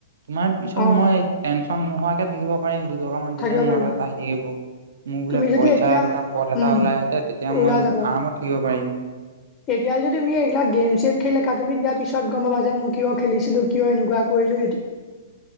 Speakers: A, on the right; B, on the left.
A: তোমাৰ পিছত
B: অ',
A: মই টেনশ্যন নোহোৱাকে থাকিব প দুটকা মান
B: থাকিব
A: যেতিয়া মোৰ
B: পাৰিবা
A: আহি থাকিব মোৰ
B: তুমি
A: বোলে
B: যদি
A: পইচা
B: এতিয়া
A: দুটা পথ এটা
B: উম,
A: ওলাই আছে তেতিয়া
B: ওলাই
A: মই আৰামত
B: যাব
A: থাকিব পাৰিম
B: এতিয়া যদি তুমি এইগিলাক গেম চেম খেলা তুমি তেতিয়া পিছত গম পাবা যে মই কিয় খেলিছিলো কিয় এনেকুৱা কৰি <inaudible>